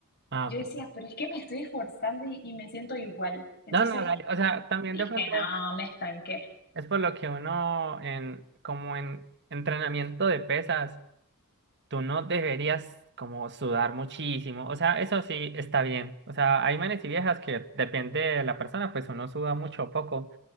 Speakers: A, on the right (about 50°); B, on the left (about 45°).
A: Ah,
B: Yo
A: ok.
B: decía, pero es que me estoy esforzando y, y me siento igual. Entonces
A: No, no, dale. O sea, también
B: dije,
A: de pronto
B: no, me estanqué.
A: es por lo que uno en, como en entrenamiento de pesas, tú no deberías como sudar muchísimo. O sea, eso sí está bien. O sea, hay manes y viejas que depende de la persona, pues uno suda mucho o poco.